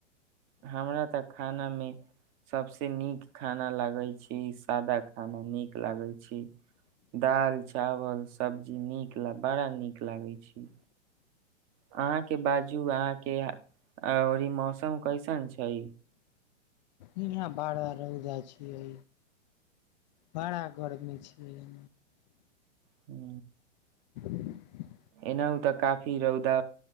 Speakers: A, on the right; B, on the left.
A: हम हमरा तक खानामे सभसँ नीक खाना लागैत छै सादा खाना नीक लागैत छै दालि चावल सब्जी नीक बड़ा नीक लागैत छै अहाँके बाजू अहाँके ओ ई मौसम कैसन छै
B: यहाँ बाड़ा रौदा छियै बड़ा गरमी छियै
A: हू
B: <unintelligible>
A: एनाहहु तऽ काफी रौदा